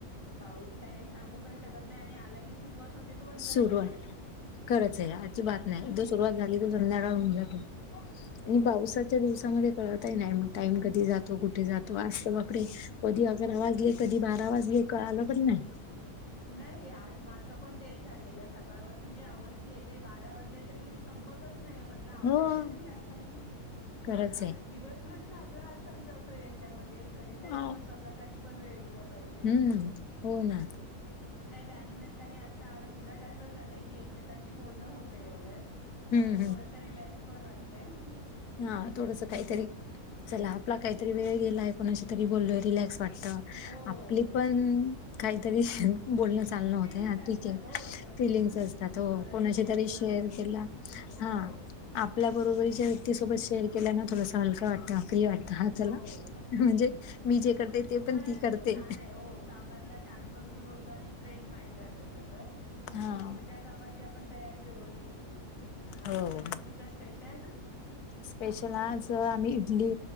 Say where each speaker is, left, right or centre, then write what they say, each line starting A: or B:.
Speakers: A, on the left (about 55°); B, on the left (about 80°).
A: पाऊस काय सांगू पण शकत नाय, आणि आला की सुरुवात होते. तो बंदच
B: सुरुवात
A: होत नाही.
B: खरचये अजीबात नाय, जो सुरुवात
A: हम्म
B: झाली तं झा <unintelligible> आणि
A: हो
B: पावसाच्या दिवसामध्ये कळतहि नाई म टाईम कधी जातो, कुठे जातो. आज तं बापरे कधी
A: हो.
B: अकरा वाजले कधी बारा वाजले कळालं पण न्हाई.
A: नाई आज माझं पण तेच झालेलं, सकाळपासून जे आवरतीये, ते बारा वाजले तरी संपतच नाही म्हट लावरेल
B: हो.
A: कधी आता हे हे ना.
B: खरंच आहे.
A: दिवस म्हटलं आपला असाच जातो याच्यामध्ये, कधीतरी
B: अ,
A: आपण स्वतःसाठी पण वेळ दिला पायजे.
B: हम्म, हो ना.
A: नाय त्यानिमित्ताने आता उलट असं झालंय की, एकमेकांशी बोलणं होतंय एवढ्यात. त्यामुळे
B: हम्म,
A: थोडसं रिलॅक्स पण वाटतय.
B: हा थोडसं काहीतरी, चला
A: हम्म
B: आपला काहीतरी वेळ गेलाय, कोणाशी तरी बोललोय रिलॅक्स वाटतं. तं
A: हो
B: आपली पण काहीतरी बोलणं चालण होतं
A: फिलिंग्स
B: ना
A: असतात
B: ठीक आहे.
A: हो स्वतः
B: फिलिंग्स असतात. हो
A: थोडासा
B: कोणाशी
A: वेळ
B: तरी
A: दिला
B: शेअर
A: पाहिजे
B: केला-
A: एकमेकांना. हो.
B: हां. आपल्या बरोबरीच्या व्यक्तीसोबत शेअर केल्या न थोडस हलक वाटतं. फ्री वाटतं हां
A: हो.
B: चला म्हणजे मी जे करते ते
A: मनाचा
B: पण ती करते.
A: जो ताण आहे. हो कामातला ताण- पण दूर होतो आणि फ्रेश माईंड राहत सतत. आणि
B: हां,
A: मग पुढच्या कामाची आपण- तयारी व्यवस्थित करू शकतो. मग आज
B: हो.
A: काय सुट्टीच स्पेशल?
B: स्पेशल आज आम्ही इडली,